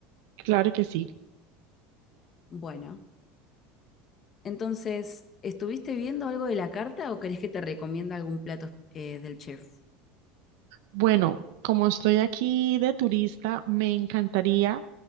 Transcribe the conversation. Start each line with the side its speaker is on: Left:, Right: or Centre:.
Right: claro que sí.
Left: Bueno, entonces, ¿estuviste viendo algo de la carta o crees que te recomienda algún plato eh, del chef?
Right: Bueno, como estoy aquí de turista, me encantaría